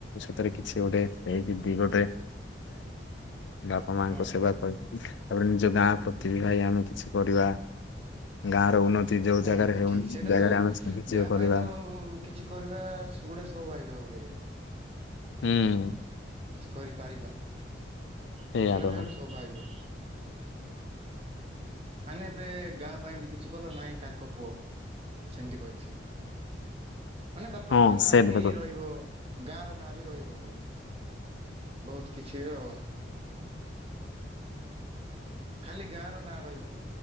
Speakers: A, on the left; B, on the right.
A: ସେଥେରେ କିଛି ଗୋଟେ ହେଇ ଦି ଗୋଟେ ବାପା ମାଙ୍କ
B: ହଁ।
A: ସେବା କରିି ଉଁ ତାପରେ ଉଁ ଯୋଉ ଗାଁ ପ୍ରତି ବି ଭାଇ ଆମେ କିଛି କରିବା ଗାଁ ର ଉନ୍ନତି ଯୋଉ
B: ହୁଁ
A: ଜାଗାରେ
B: ଭାଇ
A: ହେଉନି
B: ଠିକ୍ ସେଇଟା
A: ସେ ଜାଗାରେ
B: ତ
A: ଆମେ ସାହାଯ୍ୟ
B: ଗାଁ
A: କରିବା।
B: ପାଇଁ ତ କିଛି କରିବା ସେଗୁଟେ ସୌଭାଗ୍ୟ ଗୁଟେ ହୁଁ।
A: ହୁଁ।
B: କରିପାରିବା ସେଇଟା
A: ସେଇଆ
B: ତ
A: ଭାଇ
B: ଗୋଟେ ସୌଭାଗ୍ୟ। ମାନେ ଏବେ ଗାଁ ପାଇଁ ବି କିଛି କଲ ନାଇଁ ତାଙ୍କ ପୁଅ ସେମିତି କରିଛି ମାନେ ବାପା
A: ହଁ
B: ମା ନାଁରେ
A: ସେଇଟା
B: ବି
A: ତ
B: ରହିବ ଗାଁ ର ନାଁ ବି ରହିବ ଭାଇ। ବୋହୁତ କିଛି ର <inaudible> ଖାଲି ଗାଁ ର ନାଁ ରହିବନି